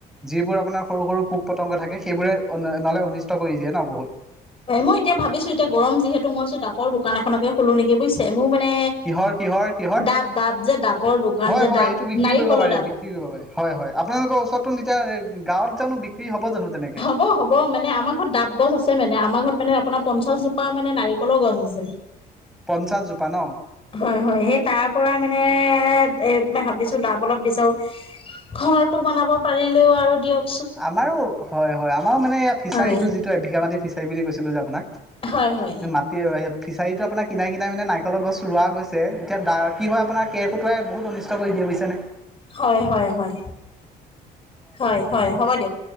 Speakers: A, in the centre; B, on the left.
A: যিবোৰ আপোনাৰ সৰু সৰু পোক পতংগ থাকে সেইবোৰে নহ'লে অনিষ্ট কৰি দিয়ে ন বহুত।
B: মই এতিয়া ভাবিছো এতিয়া গৰম যিহেতু মই ভাবিছোঁ ডাবৰ দোকান এখনএকে খুলো নেকি বুইছ মোৰ মানে
A: কিহৰ কিহৰ কিহৰ
B: ডাব, ডাব যে, ডাবৰ দোকান
A: হয়
B: যে,
A: হয়
B: ডাব
A: এইটো বিক্ৰী
B: নাৰিকলৰ
A: কৰিব পাৰে
B: ডাব
A: বিক্ৰী কৰিব পাৰে হয়, হয়, আপোনালোকৰ ওচৰতো এতিয়া গাঁৱত জানো বিক্ৰী হ'ব জানো তেনেকে?
B: হ'ব, হ'ব মানে আমাৰ ঘৰত ডাব গছ আছে মানে, আমাৰ ঘৰত মানে আপোনাৰ পঞ্চাশজোপা মানে নাৰিকলৰ গছ আছে।
A: পঞ্চাশজোপা ন?
B: হয়, হয়, হেই তাৰ পৰা মানে এ, ভাবিছোঁ ডাব অলপ বিচাৰোঁ। ঘৰটো বনাব পাৰিলেওঁ আৰু দিয়ক।
A: আমাৰো হয়, হয়, আমাৰো মানে এ ফিচাৰীটো
B: হয়
A: যিটো এবিঘা মাটি ফিচাৰী বুলি কৈছিলোঁ যে, আপোনাক।
B: হয়, হয়।
A: মাটি আৰু, বাৰীয়ে ফিচাৰীতটো আপোনাৰ কিনাই, কিনাই মানে, নাৰিকলৰ গছ ৰোৱা গৈছে এতিয়া দাৰ কি হয়, আপোনাৰ কেৰকুত কোটোৱাই বহুত অনিষ্ট দিয়ে বুইছেনে।
B: হয়, হয়, হয়, হয়, হয়, হ'ব দিয়ক।